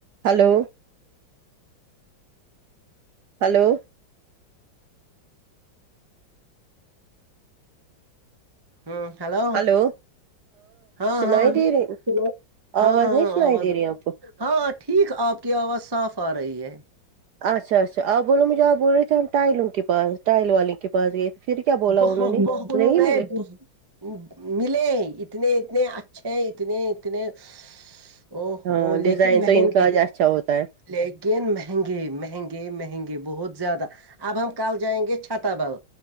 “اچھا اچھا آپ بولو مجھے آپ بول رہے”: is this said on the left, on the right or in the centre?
Right